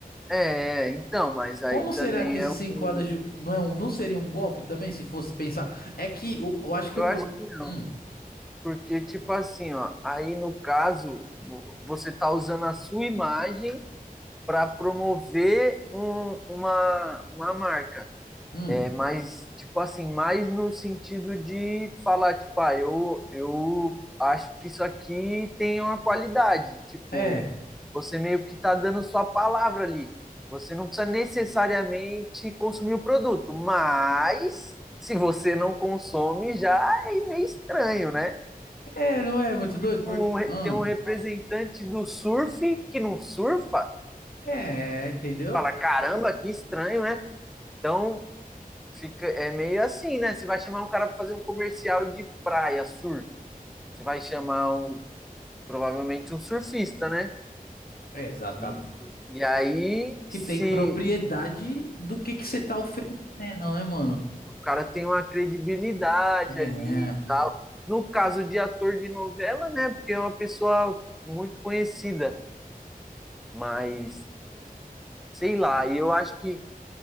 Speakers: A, in the centre; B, on the left.
A: É, então, mas aí
B: Como
A: também
B: será que isso
A: é
B: se
A: um.
B: enquadra? ju- Não, é um, não seria um golpe também, se fosse pensar? É que eu, eu acho que
A: Eu
B: o. pro-
A: acho que não.
B: Hum.
A: Porque, tipo assim, ó, aí no caso, vo- você tá usando a sua imagem para promover um- uma, uma marca.
B: Hum.
A: É, mas, tipo assim, mais no sentido de falar, tipo, ah, eu, eu acho que isso aqui tem uma qualidade. Tipo,
B: É,
A: você meio que tá dando sua palavra ali. Você não precisa necessariamente consumir o produto, mas se você não consome, já é meio estranho, né?
B: é, não é muito
A: tipo,
B: doido? Por...
A: um re-
B: Hum.
A: tem um representante do surf que não surfa.
B: É, entendeu?
A: Fala, caramba, que estranho, né? Então, fica, é meio assim, né? Você vai chamar um cara para fazer um comercial de praia, surf. Você vai chamar um, provavelmente um surfista, né?
B: É exatamente.
A: E, e aí,
B: Que
A: se
B: tem propriedade do que que você tá oferecendo, né, mano?
A: o cara tem uma credibilidade
B: É,
A: ali e tal. No caso de ator de novela, né? Porque é uma pessoa muito conhecida, mas sei lá, e eu acho que